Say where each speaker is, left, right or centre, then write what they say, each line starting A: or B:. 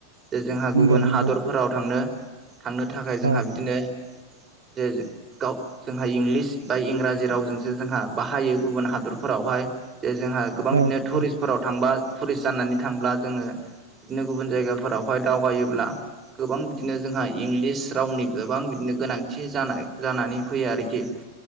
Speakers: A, on the right; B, on the right.
A: जे जोंहा
B: नंगौ
A: गुबुन
B: नंगौ
A: हादरफोराव थांनो थांनो थाखाय जोंहा
B: औ
A: बिदिनो जे गाव जोंहा इंलिस बा इंराजि रावजोंसो जोंहा बाहायो गुबुन हादरफोरावहाय जे जोंहा गोबां बिदिनो
B: औ
A: टुरिस्टफोराव
B: औ
A: थांबा टुरिस्ट जानानै थांब्ला जोङो बिदिनो गुबुन जायगाफोरावहाय दावबायोब्ला गोबां बिदिनो जोंहाय इंलिस रावनि गोबां बिदिनो गोनांथि जानाय जानानै फैयो आरोखि